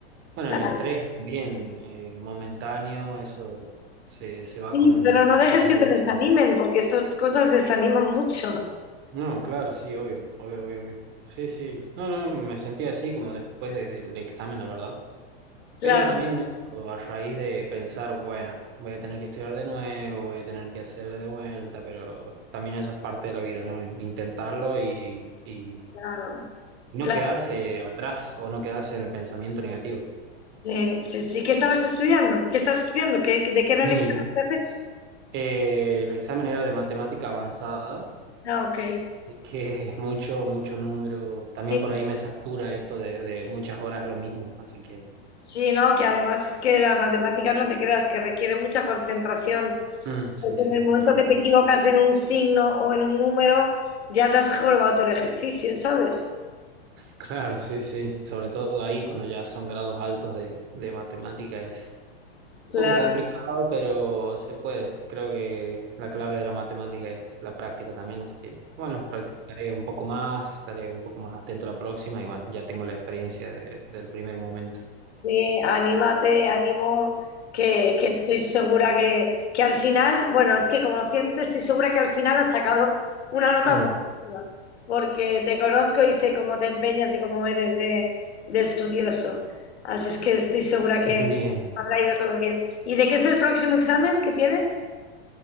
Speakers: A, on the right; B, on the left.
A: Bueno,
B: claro.
A: el estrés también, eh, momentáneo, eso se, se va
B: Sí,
A: con,
B: pero no
A: con
B: dejes
A: algo.
B: que te desanimen, porque estas cosas desaniman mucho.
A: No, claro, sí, obvio, obvio, obvio, obvio. Sí, sí. No, no, me sentía así como después de- del examen, la verdad.
B: Claro,
A: Pero también esto, a raíz de pensar, bueno, voy a tener que estudiar de nuevo, voy a tener que hacer de vuelta, pero también eso es parte de la vida, ¿no? Intentarlo y, y
B: claro,
A: no
B: claro.
A: quedarse atrás o no quedarse en el pensamiento negativo.
B: Sí, sí, sí. ¿Qué estabas estudiando? ¿Qué estás estudiando? ¿Qué, de qué era
A: Y
B: el examen que has hecho?
A: eh, el examen era de matemática avanzada.
B: Ah, ok.
A: Así que es mucho, mucho número. También
B: Sí,
A: por ahí me satura esto de, de muchas horas lo mismo. Así que
B: sí, no, que además es que las matemáticas no te creas, que requiere mucha concentración.
A: Mm, sí,
B: Porque
A: sí,
B: en el momento
A: la verdad.
B: que te equivocas en un signo o en un número, ya te has jorobado todo el ejercicio, ¿sabes?
A: Claro, sí, sí. Sobre todo ahí cuando ya son grados altos de, de matemática es
B: Claro,
A: un poco complicado, pero se puede. Creo que la clave de la matemática es la práctica también, así que bueno, practicaré un poco más, estaré un poco más atento a la próxima y bueno, ya tengo la experiencia de- del primer momento.
B: Sí, anímate, ánimo, que, que estoy segura que, que al final, bueno, es que conociéndote, estoy segura que al final has sacado una nota
A: Mm,
B: buenísima, porque te conozco y sé cómo te empeñas y cómo eres de, de estudioso. Así es que estoy segura que,
A: <laughs>
B: que
A: bien.
B: habrá ido todo bien. ¿Y de qué es el próximo examen que tienes?